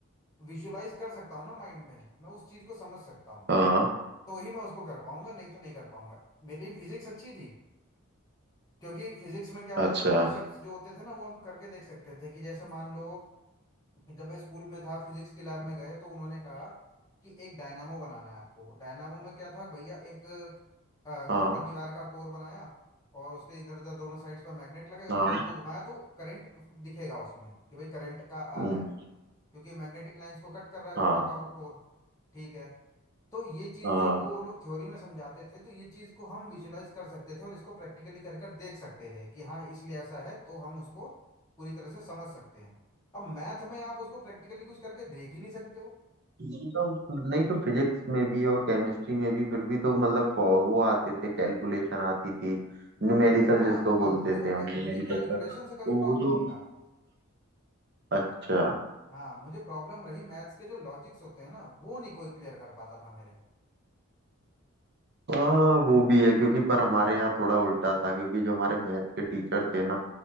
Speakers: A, on the left (about 15°); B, on the right (about 50°).
A: विजुलाइज कर सकता हूँ ना माइंड में मैं उस चीज़ को समझ सकता हूँ
B: हाँ
A: तो ही मैं उसको कर पाऊंगा नहीं तो नहीं कर पाऊंगा मेरे लिए फिजिक्स अच्छी थी क्योंकि फिजिक्स में क्या होता
B: अच्छा
A: था कॉन्सेप्ट्स जो होते थे ना वो हम करके देख सकते थे कि जैसे मान लो जब मैं स्कूल में था फिजिक्स के लैब में गए तो उन्होंने कहा कि एक डायनामो बनाना है आपको डायनामो में क्या था भैया एक कॉपर
B: हाँ
A: की वायर का कोर बनाया और उसके इधर उधर दोनों साइड्स पर मैग्नेट लगे और
B: हाँ
A: कोर को घुमाया तो करंट दिखेगा उसमें कि भाई करंट का आ
B: हम्म,
A: रहा है क्योंकि मैग्नेटिक लाइंस को कट कर रहा है कॉपर
B: हाँ
A: का कोर ठीक है तो ये चीज़
B: हाँ
A: जब वो लोग थ्योरी में समझाते थे तो ये चीज़ को हम विजुलाइज कर सकते थे और इसको प्रैक्टिकली कर कर देख सकते थे कि हाँ इसलिए ऐसा है तो हम उसको पूरी तरह से समझ सकते हैं अब मैथ में आप उसको प्रैक्टिकली कुछ करके देख ही नहीं सकते हो
B: नहीं तो नहीं तो फिजिक्स में भी और केमिस्ट्री में भी फिर भी तो मतलब फ- वो आते थे कैलकुलेशन आती थी न्यूमेरिकल
A: हाँ
B: जिसको
A: वो आ-
B: बोलते
A: वो देखो
B: थे हम
A: कै-
B: न्यूमेरिकल
A: मुझे कैलकुलेशन
B: सर तो
A: से कभी प्रॉब्लम
B: वो तो
A: नहीं रहा
B: अच्छा
A: हाँ मुझे प्रॉब्लम रही मैथ्स के जो लॉजिक्स होते हैं ना वो नहीं कोई क्लियर कर पाता था मेरे
B: हाँ वो भी है क्योंकि पर हमारे यहाँ थोड़ा उल्टा था क्योंकि जो हमारे मैथ के टीचर थे ना